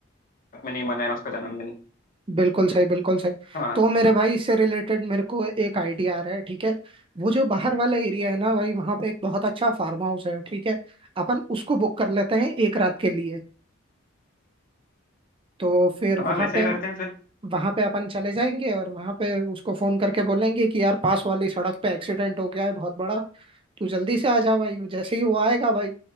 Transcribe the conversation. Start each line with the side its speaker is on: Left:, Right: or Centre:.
Left: में नहीं मनाया उसका जन्मदिन
Right: बिल्कुल सही बिल्कुल सही
Left: हाँ
Right: तो मेरे भाई इससे रिलेटेड मेरे को एक आइडिया आ रहा है ठीक है वो जो बाहर वाला एरिया है ना भाई वहाँ पे एक बहुत अच्छा फार्म हाउस है ठीक है अपन उसको बुक कर लेते हैं एक रात के लिए तो फिर
Left: हाँ
Right: वहाँ
Left: वैसे
Right: पे
Left: ही करते हैं फिर
Right: वहां पे अपन चले जाएंगे और वहां पे उसको फोन करके बोलेंगे कि यार पास वाली सड़क पे एक्सीडेंट हो गया है बहुत बड़ा तू जल्दी से आ जा भाई जैसे ही वो आएगा भाई